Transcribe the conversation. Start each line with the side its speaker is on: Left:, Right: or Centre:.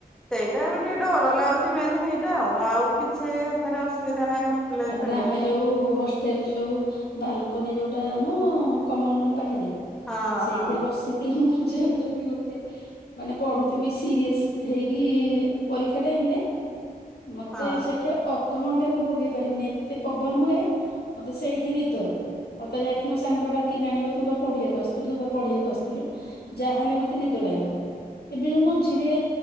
Centre: ସେଇଟା ଏବେ ଟିକେ ଡର ଲାଗୁଛି ମେନ ହେଇଟା ଆଉ ଆଉ କିଛି ଛେ ହେଥେରେ ଅସୁବିଧା ନାହିଁ ହଷ୍ଟେଲ ରେ
Left: ତାପରେ
Centre: ଛାଡିବାରେ।
Left: ଆମେ ଯୋଉ ହଷ୍ଟେଲ ଯୋଉ ବାଲକୁନି ଯୋଉଟା ଆମ କମନ ରୁମ ପାଖରେ
Centre: ହଁ
Left: ସେଇଠି
Centre: ହଁ
Left: ବସିକି କି ମୁଁ ଯେବେ ବି ଗୋଟେ ମାନେ ପଢୁଥିବି ସିରିଏସେ ହେଇକି ପରୀକ୍ଷା ଟାଇମ ରେ ମତେ
Centre: ହଁ
Left: ସେଠି ଅଧଘଣ୍ଟେ ମୁଁ ଭୋଗେଇ ପାରିବିନି ଏତେ ପବନ ହୁଏ। ମତେ ସେଇଠି ନିଦ। ମତେ ଯାଇକି ସାଙ୍ଗ ଡାକିକି ଆଣିବ ତୁ ବା ପଢ଼ିଆକୁ ଆଥିଲୁ ତୁ ବା ପଢେଇଆକୁ ଆସିଥିଲୁ। ଯାହାହଲେ ମତେ ନିଦ ଲାଗିବ। ଏବେ ଯୋଉ ମଝିରେ